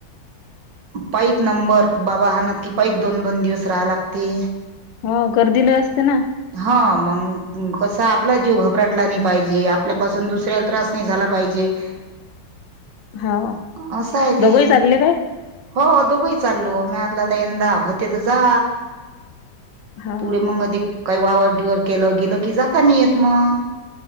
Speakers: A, on the right; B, on the left.
A: पाईत नंबर बाबा हानात की पाईत दोन दोन दिवस राहा लागते
B: हो गर्दी लय असते ना
A: हा मग कसा आपला जीव घबराटला नाही पाहिजे आपल्यापासून दुसऱ्याला त्रास नाही झाला पाहिजे
B: हो
A: <inaudible> असं आहे ते
B: दोघंही चालले काय
A: हो दोघंही चाललो म तर यंदा होते तर जा
B: हो
A: पुढे मग अध काही वावरगिवर केलं गेल की जाता नि येत मग